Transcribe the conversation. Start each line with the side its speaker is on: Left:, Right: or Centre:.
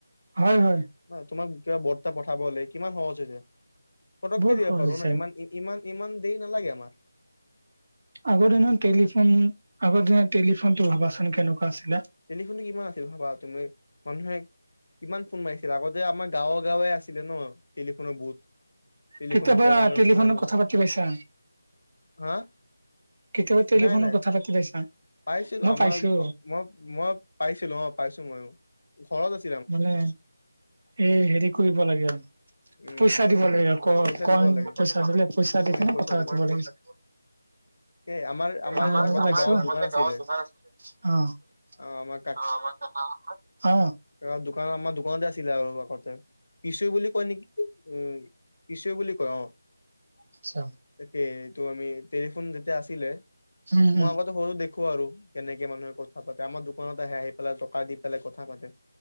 Right: হয়, হয়।
Left: <unintelligible> তোমাক কিবা বৰ্তা পঠাবলে কিমান সহজ হৈছে। পটককে
Right: বহুত
Left: দিব
Right: সহজ
Left: পাৰো
Right: হৈছে
Left: না। ইমান ই ইমান ইমান দেই নালাগে আমা
Right: আগৰ দিনত টেলিফোন আগৰ দিনত টেলিফোন টো ভাবাচোন কেনেকুৱা আছিলে
Left: টেলিফোনটো কিমান আছিল ভাবা তুমি মানুহে কিমান ফোন মাৰিছিলে আগতে আমাৰ গাঁৱ গাঁৱে আছিলে ন টেলিফোনৰ বুট টেলিফোনত
Right: কেতিয়াবা
Left: যায় মানুহে
Right: টেলিফোনত
Left: কোনবাই কলে
Right: কথা পাতি পাইছা
Left: হা
Right: কেতিয়াবা টেলিফোনত
Left: নাই নাই
Right: কথা পাতি পাইছা
Left: পাইছিলো
Right: মই
Left: আমাৰ
Right: পাইছো
Left: মই মই পাইছিলো অ পাইছো মই ঘৰত আছ
Right: মানে এই হেৰি কৰিব লাগে আৰ
Left: উম
Right: পইচা দিব লাগে কৰ
Left: পইচা
Right: কইন
Left: দিব লাগে
Right: পইচা আছিলে পইচা
Left: কইন
Right: দি পিনে
Left: পইচা
Right: কথা
Left: দিব
Right: পাতিব
Left: লাগে
Right: লাগিছিল
Left: এ আমাৰ
Right: আমা
Left: আমাৰ আগতে
Right: আমাৰ
Left: গাঁৱত
Right: জ
Left: দোকান আছিলে
Right: গাওঁত যে দোকান আছিলে
Left: অ
Right: আৰু
Left: আমাৰ
Right: আমাৰ <inaudible> অ
Left: অ দোকান আমাৰ দোকানতে আছিলে আউ আগতে পি চি ইউ বুলি কয় নেকি উ পি চি ও বুলি কয় অ
Right: আচ্ছা
Left: তাকেই এইটো আমি টেলিফোন যেতিয়া আছিলে
Right: উম
Left: মই
Right: উম
Left: আগতে সৰু দেখ খো আৰু কেনেকে মানুহে কথা পাতে আমাৰ দোকানত আহে আহি পেলাই টকা দি পেলাই কথা পাতে